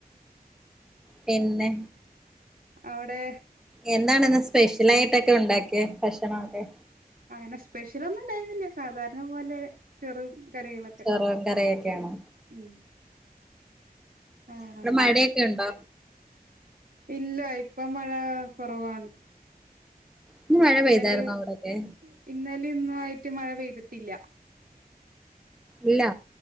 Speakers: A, in the centre; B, on the right.
A: പിന്നെ
B: അവടെ
A: എന്താണിന്ന് സ്പെഷ്യലായിട്ടൊക്കെ ഉണ്ടാക്കിയെ ഭക്ഷണവൊക്കെ
B: അങ്ങനെ സ്പെഷ്യലൊന്നും ഇണ്ടായിരുന്നില്ല സാധാരണ പോലെ ചോറും കറികളൊക്കെ
A: ചോറും കറിയൊക്കെയാണോ
B: ഉം ആ
A: അവടെ മഴയൊക്കെ ഉണ്ടോ?
B: ഇല്ല ഇപ്പം മഴ കൊറവാണ്
A: ഇന്ന് മഴ
B: ഇന്നലെം
A: പെയ്തായിരുന്നോ അവിടൊക്കെ
B: ഇന്നലിം ഇന്നും ആയിട്ട് മഴ പെയ്തിട്ടില്ല
A: ഇല്ല